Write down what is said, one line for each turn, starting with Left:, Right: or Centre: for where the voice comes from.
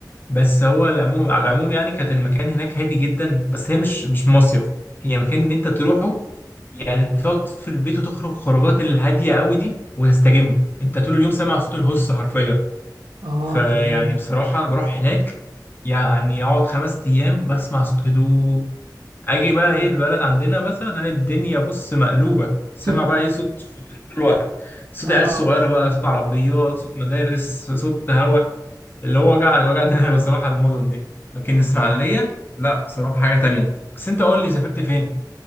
Left: بس هو العموم على العموم يعني كانت المكان هناك هادي جدا بس هي مش مش مصيف هي مكان ان انت تروحه يعني تقعد في البيت وتخرج خروجات الهاديه قوي دي وتستجم انت طول اليوم سامع صوت الهوس حرفيا
Right: اه
Left: فيعني
Right: تمام
Left: بصراحه انا بروح هناك يعني اقعد خمس ايام بسمع صوت هدوء اجي بقى
Right: حلو
Left: ايه البلد
Right: ده
Left: عندنا مثلا انا الدنيا بص مقلوبه سامع
Right: <laughs>
Left: بقى ايه صوت في طول الوقت صوت
Right: اه
Left: عيال صغيره
Right: تمام
Left: بقى صوت عربيات صوت مدارس صوت هوا اللي هو وجع اللي وجع دماغي بصراحه المدن دي لكن الاسماعيليه لا بصراحه حاجه تانية بس انت قول لي سافرت فين